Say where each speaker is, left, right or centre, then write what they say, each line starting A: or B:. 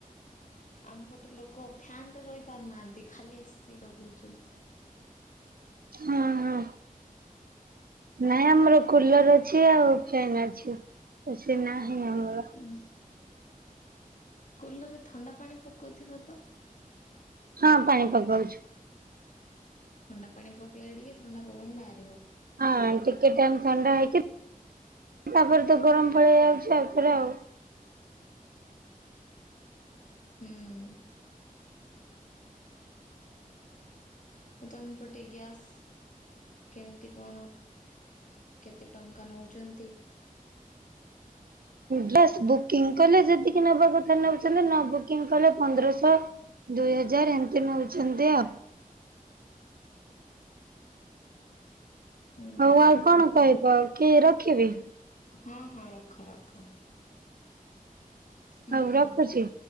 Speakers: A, on the left (about 55°); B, on the right (about 80°).
A: ଆମପଟେ ଲୋକ ଫ୍ୟାନ୍ରେ ରହିପାରୁନାହାନ୍ତି ଖାଲି ଏସିି ଲଗାଉଛନ୍ତି।
B: ହଁ ହଁ। ନାଇଁ ଆମର କୁଲର ଅଛି ଆଉ ଫ୍ୟନ୍ ଅଛି। ଏ ସି ନାହିଁ ଆମର।
A: ଉୁଁ। କୁଲରରେ ଥଣ୍ଡା ପାଣି ପକାଉଥିବ ତ?
B: ହଁ ପାଣି ପକାଉଛୁ।
A: ଥଣ୍ଡା ପାଣି ପକେଇଲେ ଟିକେ ଥଣ୍ଡା ପବନ ବାହାରିବ।
B: ହଁ ଟିକେ ଟାଇମ ଥଣ୍ଡା ହେଇକି ତାପରେ ତ ଗରମ ପଳେଇ ଆଉଛି ଆଉଥରେ ଆଉ।
A: ହୁଁ। ଆଉ ତୋମେ ପଟେ ଗ୍ୟାସ୍ କେମିତି କଣ? କେତେ ଟଙ୍କା ନେଉଛନ୍ତି?
B: ଗ୍ୟାସ୍ ବୁକିଂ କଲେ ଯେତିକି ନବା କଥା ନେଉଛନ୍ତି ନ ବୁକିଂ କଲେ ପନ୍ଦରଶହ। ଦୁଇ ହଜାର ଏମିତି ନେଉଛନ୍ତି ଆଉ।
A: ହୁଁ
B: ହଉ ଆଉ କଣ କହିବ କି ରଖିବି?
A: ହଁ ହଁ ରଖ ରଖ। ହୁଁ।
B: ହଉ ରଖୁଛି।